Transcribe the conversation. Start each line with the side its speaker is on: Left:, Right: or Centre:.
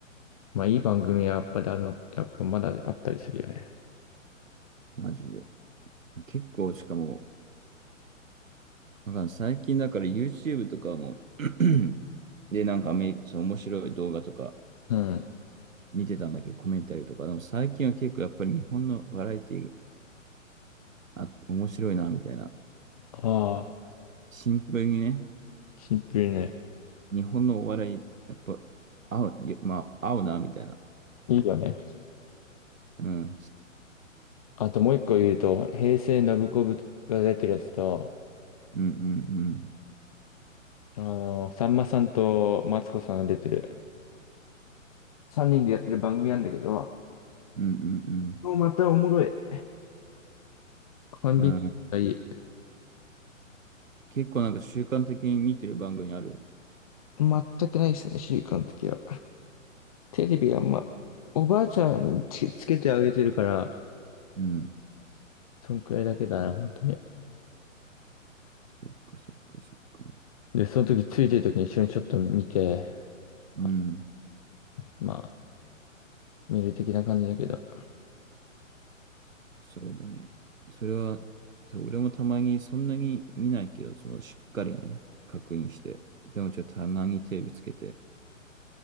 Left: まあいい番組はやっぱりあるの、やっぱまだあったりするよね。
Right: う。マジで。結構、しかも、なんか最近だから YouTube とかも <clears throat> で、なんかアメリカ、その面白い動画とか
Left: うん。
Right: 見てたんだけど、コメンタリーとか。でも最近は結構やっぱり日本のバラエティー、あ、面白いな、みたいな。
Left: ああ、
Right: シンプルにね、
Left: シンプルね。
Right: 日本のお笑い、やっぱ、合う、よまあ、合うな、みたいな。
Left: いいよね。
Right: うん。
Left: あともう一個言うと、平成ノブコブが出てるやつと、
Right: うんうんうん。
Left: あの、さんまさんとマツコさんが出てる。三人でやってる番組なんだけど、
Right: うんうん
Left: もうまたおもろい。コンビニがいい。
Right: うん。あー、結構なんか習慣的に見てる番組ある。
Left: 全くないですね、習慣的は。テレビがあんま、おばあちゃんにつけ、つけてあげてるから、
Right: うん。
Left: そんくらいだけだな、本当に。
Right: そっかそっかそっか。
Left: で、その時ついてる時に一緒にちょっと見て、
Right: うん。
Left: あまあ、見る的な感じだけど。
Right: そうだね。それは、そう、俺もたまにそんなに見ないけど、そのしっかりね、確認して。でもちょっとたまにテレビつけて、